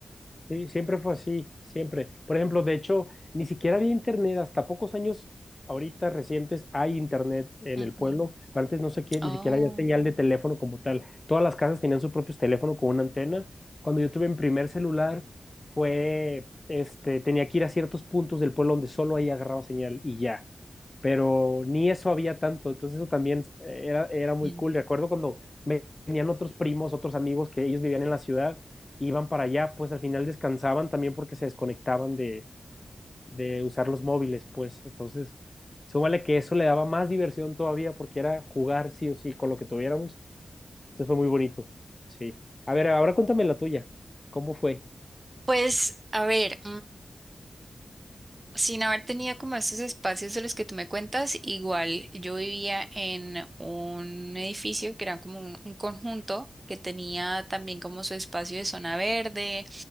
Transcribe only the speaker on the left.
Sí, siempre fue así, siempre. Por ejemplo, de hecho, ni siquiera había internet, hasta pocos años ahorita recientes hay internet en
el pueblo. pero Antes no sé qué,
ni siquiera había señal de teléfono como tal. Todas las casas tenían su propio teléfono con una antena. Cuando yo tuve mi primer celular, fue, este, tenía que ir a ciertos puntos del pueblo donde solo ahí agarraba señal y ya. Pero ni eso había tanto, entonces eso también eh, era, era muy
cool. Recuerdo cuando venían otros primos, otros amigos que ellos vivían en la ciudad iban para allá, pues al final descansaban también porque se desconectaban de, de usar los móviles, pues entonces, súmale que eso le daba más diversión todavía porque era jugar sí o sí con lo que tuviéramos, entonces fue muy bonito, sí. A ver, ahora cuéntame la tuya, ¿cómo fue?